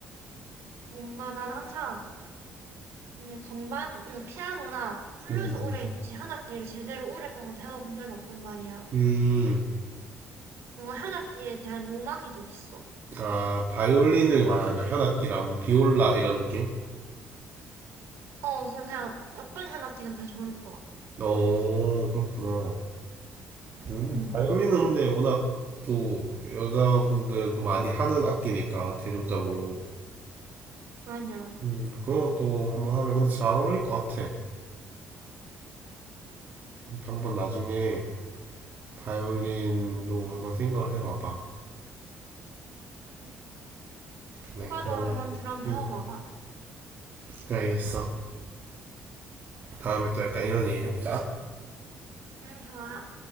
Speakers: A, on the right; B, on the right.
A: 뭔가 나는 항상, 이제 건반, 음, 피아노나 플루스
B: 음, 음.
A: 오래 했지, 현악기를 제대로 오랫동안 배워본 적이 없단 말이야.
B: 음,
A: 뭔가 현악기에 대한 로망이 좀 있어.
B: 아, 바이올린을 말하는 거야. 현악기라면 비올라 이런 느낌?
A: 어, 그래서 그냥 어떤 현악기든 다 좋을 것 같아.
B: 어, 그렇구나. 음,
A: 응,
B: 바이올린은 근데 워낙 또 여자분들도 많이 하는 악기니까 대중적으로.
A: 맞아.
B: 음, 그거 또 한번 하면 근데 잘 어울릴 것 같아. 한번 나중에 바이올린도 한번 생각을 해봐봐.
A: 응,
B: 네,
A: 오빠도
B: 그러면
A: 한번 드럼 배워봐봐.
B: 음, 네, 알겠어. 다음에 또 약간 이런 얘기 해보자.
A: 응, 좋아.